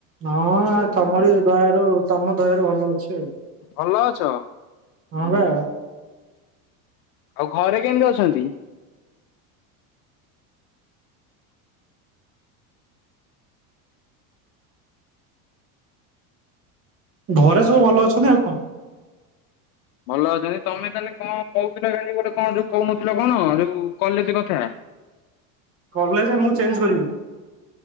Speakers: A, on the right; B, on the left.
A: ହଁ ତମରି ଦୟାରୁ ତମ ଦୟାରୁ ଭଲ ଅଛି ଆଉ
B: ଭଲ ଅଛ
A: ହଁ ବା
B: ଆଉ ଘରେ କେମିତି ଅଛନ୍ତି
A: ଘରେ ସବୁ ଭଲ ଅଛନ୍ତି ଆଉ କଣ।
B: ଭଲ ଅଛନ୍ତି ତମେ ତାହେଲେ କଣ କହୁଥିଲ କାଲି ଗୋଟେ କଣ ଯୋଉ କହୁନଥିଲ କଣ ଯୋଉ କଲେଜ କଥା <inaudible>
A: କଲେଜ ମୁଁ ଚେଞ୍ଜ କରିବି।